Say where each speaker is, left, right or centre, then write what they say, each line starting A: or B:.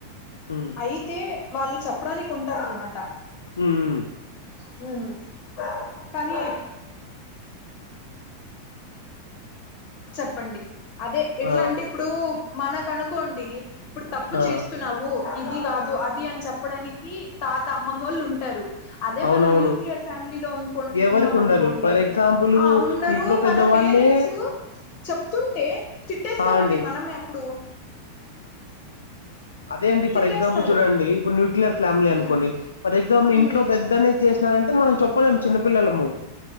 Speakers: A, on the left; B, on the left.
A: హ్మ్.
B: అయితే వాళ్ళు చెప్పడానికి ఉంటారు అనమాట
A: హ్మ్. హ్మ్.
B: హ్మ్ కానీ చెప్ ప్పండి అదే ఎట్లా
A: ఆ!
B: అంటే ఇప్పుడు మనకు అనుకోండి ఇప్పుడు తప్పు
A: ఆ!
B: చేస్తున్నావు ఇది కాదు అది అని చెప్పడానికి తాత అమ్మమ్మోళ్ళు ఉంటారు అదే
A: అవునవును.
B: మనం న్యూక్లియర్ ఫ్యామిలీలో కొన్
A: ఎవరికి
B: ఉన్నాం
A: ఉండరు
B: అనుకోండి
A: ఫర్ ఎగ్జాంపుల్
B: ఆ ఉండరు
A: ఇంట్లో పెద్దవాళ్ళే
B: మన పేరెంట్స్ చెప్తుంటే తిట్టేస్తామండి
A: ఆ అండి
B: మనమే అప్పుడు
A: అదేండి ఫర్
B: తిట్టేస్తారు
A: ఎగ్జాంపుల్ చూడండి ఇప్పుడు న్యూక్లియర్ ఫ్యామిలీ అనుకోండి
B: ఉమ్
A: ఫర్ ఎగ్జాంపుల్ ఇంట్లో
B: ఉమ్
A: పెద్దనే చేస్ నారంటే మనం చెప్పలేం చిన్నపిల్లలము